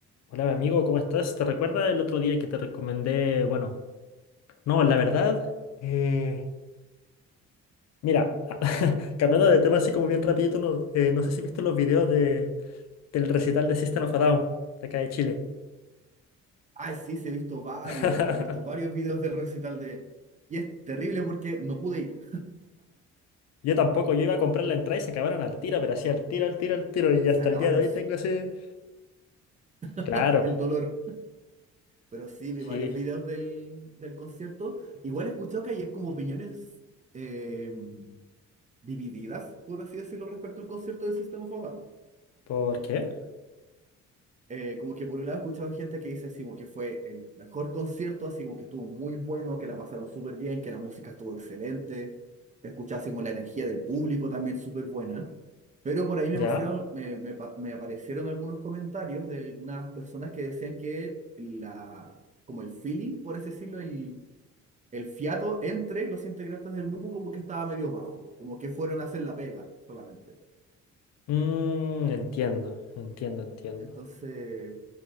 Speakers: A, on the left (about 60°); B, on the right (about 25°).
A: Hola, mi amigo, ¿cómo estás? ¿Te recuerdas el otro día que te recomendé? Bueno, no, la verdad, eh, mira, <laughs> cambiando de tema así como bien rapidito, no, eh, no sé si viste los videos de, del recital de System of a Down, de acá de Chile.
B: Ay, sí, sí, he visto varios,
A: <laughs>
B: he visto varios videos del recital de... Y es terrible porque no pude ir,
A: Yo tampoco, yo iba a comprar la entrada y se acabaron al tiro, pero así al tiro, al tiro, al tiro, y
B: se
A: hasta
B: acabaron
A: el día de hoy tengo ese...
B: <laughs>
A: Claro,
B: el dolor. Pero sí, vi
A: sí.
B: varios videos del, del concierto. Igual he escuchado que hay como opiniones eh, divididas, por así decirlo, respecto al concierto de System of a Down.
A: ¿Por qué?
B: eh, como que por un lado he escuchado gente que dice así como que fue el mejor concierto, así como que estuvo muy bueno, que la pasaron súper bien, que la música estuvo excelente, te escuchaba así como la energía del público también súper buena. Pero por ahí me
A: Ya.
B: pusieron, me, me pa- me aparecieron algunos comentarios de algunas personas que decían que la, como el feeling, por así decirlo, el, el fiato entre los integrantes del grupo como que estaba medio bajo, como que fueron a hacer la pega solamente.
A: Mm, entiendo, entiendo, entiendo.
B: Entonces...